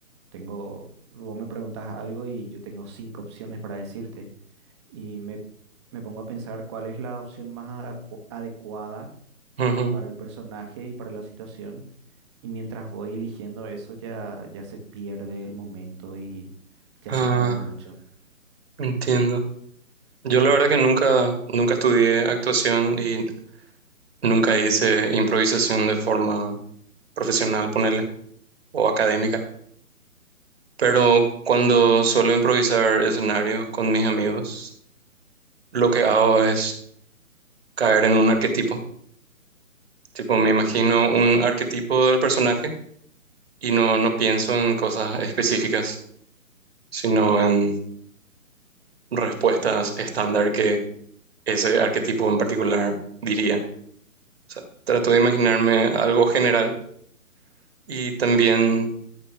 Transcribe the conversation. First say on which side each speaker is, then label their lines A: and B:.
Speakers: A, on the right; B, on the right.
A: Tengo, vos me preguntas algo y yo tengo cinco opciones para decirte. Y me, me pongo a pensar cuál es la opción más adecu- adecuada
B: Ujú.
A: para el personaje y para la situación. Y mientras voy eligiendo eso, ya, ya se pierde el momento y ya
B: Ah,
A: se tarda mucho.
B: entiendo. Yo la verdad que nunca, nunca estudié actuación y nunca hice improvisación de forma profesional, ponerle, o académica. Pero cuando suelo improvisar escenarios con mis amigos, lo que hago es caer en un arquetipo. Tipo, me
A: Ujú,
B: imagino
A: ujú.
B: un arquetipo del personaje y no, no pienso en cosas específicas, sino en respuestas estándar que ese arquetipo en particular, diría. O sea, trato de imaginarme algo general y también